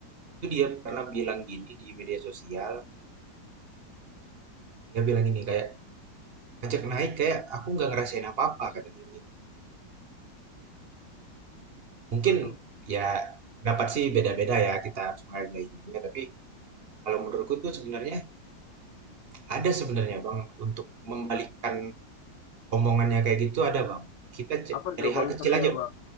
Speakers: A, on the right; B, on the left.
A: Itu dia pernah bilang gini di media sosial, dia bilang gini kayak pajak naik kayak aku nggak ngerasain apa-apa kata dia gitu. Mungkin
B: Waduh,
A: ya pendapat sih beda-beda ya kita harus menghargai juga tapi kalau menurutku tuh sebenarnya ada sebenarnya Bang untuk membalikkan omongannya kayak gitu ada Bang. Kita c-
B: apa
A: dari
B: tuh counternya
A: hal kecil aja Bang.
B: bang?